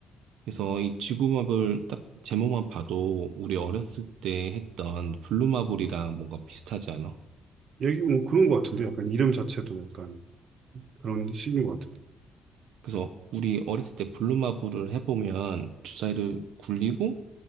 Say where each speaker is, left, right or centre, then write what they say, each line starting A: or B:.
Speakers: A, on the right; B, on the right.
A: 그래서 이 지구마블 딱 제목만 봐도 우리 어렸을 때 했던 블루마블이랑 뭔가 비슷하지 않아?
B: 얘기 뭐 그런 거 같은데? 약간 이름 자체도 약간 그런 식인 것 같은데.
A: 그래서 우리 어렸을 때 블루마블을 해보면 주사위를 굴리고